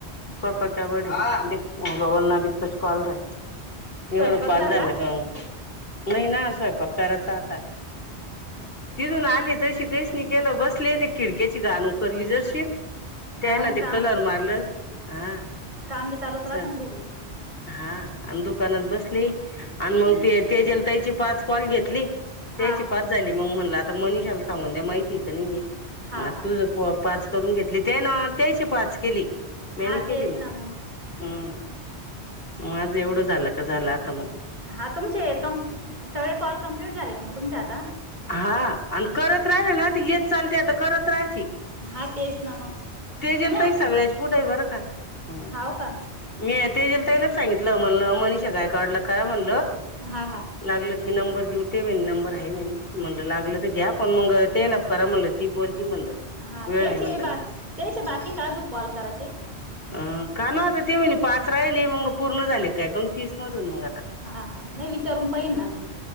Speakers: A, on the left; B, on the right.
A: पप्पा क्या बडी बोल ना बीच कॉल राहय.
B: स्वयंपाक
A: एवढं पाल
B: झाला
A: झालं का ओ, नाही ना स्वयंपाक करायचा आता.
B: का
A: तिथून आले तशी काहीच नाय केलं बसले ते खिडक्याची घाण उखरली जशी त्यायना
B: हा मग
A: ते
B: काम
A: कलर मारल हा.
B: काम बी चालूच
A: चल
B: राहतन घरी.
A: हा अन् दुकानात बसले, अन् मग ते तेजल ताईचे पाच कॉल घेतले. त्याचे
B: हा हा
A: पाच झाले मग म्हणलं आता मनीषाला सांगून द्या माहिती आय की नाहीये
B: हा हा
A: तुझं प पाच करून घेतली त्या ना त्याचे पाच केली म्या
B: हा
A: नाय केले
B: तेच
A: मग.
B: ना
A: हम्म, माझं
B: मग
A: एवढं झालं का झालं आता म.
B: हा तुमचे कम सगळे कॉल कम्प्लीट झाले मग तुमचे आता?
A: हा अन् करत राहिल ना ती येत चालते आता करत राहायची.
B: हा तेच ना मग
A: तेजल
B: नाही
A: ताई सगळ्याच्या पुढें आय बरं का हम्म.
B: हाव का
A: म्या तेजल ताईलाच सांगितलं म्हणलं मनीषा गायकवाडला करा म्हणलं.
B: हां हां.
A: लागलं त मी नंबर घेऊ, ते म्हणी नंबर हाय म्हणी म्हणलं लागलं तर घ्या पण मंग त्यायला करा म्हणलं ती बोलती म्हणलं.
B: हा
A: वेळ
B: त्याचे
A: आहे म्हणलं
B: बा
A: गण
B: त्याचे बाकी आजूक कॉल करायचे?
A: अ का न्हवत ती म्हणी पाच राहिले मग पूर्ण झाले काय काऊण तीस मधून मग आ
B: हा हा नाय विचारून पाहिन ना मी